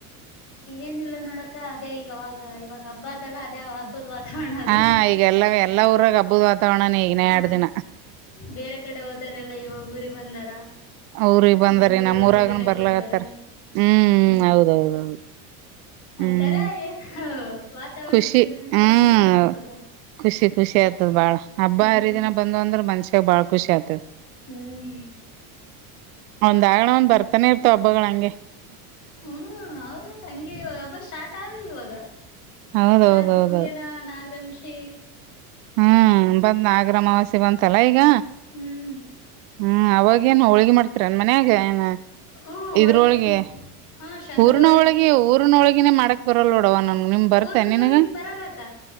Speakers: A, on the left; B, on the right.
A: ಏನಿಲ್ಲ ನೋಡಕ ಅದೇ ಈಗ ಅವಾಗ ಇವಾಗ ಹಬ್ಬ ಅದಲ್ಲ ಅದೇ ಹಬ್ಬದ ವಾತಾವರಣ ಅದ
B: ಹಾ ಈಗಲ್ಲ ಎಲ್ಲಾ ಊರಾಗ ಹಬ್ಬದ್ ವಾತಾವರಣನ ಈಗನೇ
A: ಆ,
B: ಎರಡ್ ದಿನ
A: ಬೇರೆ ಕಡೆ ಹೋದರೆಲ್ಲ ಇವಾಗ ಊರಿಗೆ ಬಂದಾರ
B: ಊರಿಗ್ ಬಂದಾರಿ
A: ಬೆಂಗ್ಳೂರು
B: ನಮ್ಮೂರಾಗನ್
A: ಹಂಗೆ ದುಡ್ಯಕ್ಕೆ
B: ಬರ್ಲಾಗತ್ತಾರ
A: ಹೋದಾರ
B: ಹ್ಮ್ ಹೌದೌದೌದು
A: ಒಂತರ
B: ಹ್ಮ್
A: ಏನು ವಾತಾವರಣ
B: ಖುಷಿ
A: ಚೇಂಜ್ ಅನಿಸ್ತಾನೆ
B: ಹ್ಮ್
A: ಖುಷಿ ಅನಿಸ್ತದ
B: ಖುಷಿ ಖುಷಿ ಆಗ್ತದ ಬಾಳ ಹಬ್ಬ
A: ಹ್ಮ್
B: ಹರಿದಿನ ಬಂದು ಅಂದ್ರ ಮನ್ಷಾಗ ಬಾಳ್ ಖುಷಿ ಆಯತದೆ
A: ಹ್ಮ್
B: ದಣ ಬತ ತಾನೇ ಇರ್ತವ ಹಬ್ಬಗಳ ಹಂಗೆ
A: ಹ್ಮ್ ಹೌದ ಹಂಗೆ ಇವಾಗ ಹಬ್ಬ ಸ್ಟಾರ್ಟ್ ಆದದು ಇವಾಗ
B: ಹೌದೌದೌದೌದು
A: ಆ ತುಮಗೆನ ನಾಗರಂಷಿ
B: ಹ್ಮ್ ಬಂದ ಆಗರಮವಾಸ್ಯೆ ಬಂತಲ್ಲ ಈಗ
A: ಹ್ಮ್
B: ಹ್ಮ್ ಅವಾಗೇನು ಹೋಳ್ಗಿ ಮಾಡ್ತೀರನ್ ಮನ್ಯಾಗ ಏನ
A: ಹ್ಮ್ ಹೋಳಿಗೆ
B: ಇದ್ರೊಳಗೆ
A: ತುಂಬಾ ಹಾ ಶಂಗದೊಳಗಿ
B: ಊರ್ನ ಒಳಗೆ ಊರ್ನ ಒಳಗಿನೇ ಮಾಡಕ್ ಬರಲ್ ನೋಡವ ನ ನಿಮ ಬರ್ತೆೇ
A: ಊರ್ನದೊಳಗಿ
B: ನಿನಗ
A: ಬರಲ್ಲಕ್ಕ